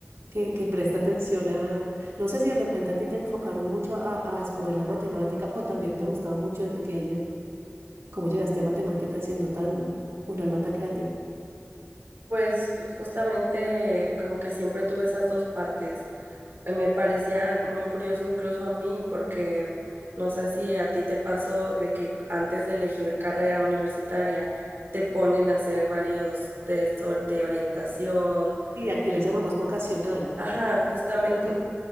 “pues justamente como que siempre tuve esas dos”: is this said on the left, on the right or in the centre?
Right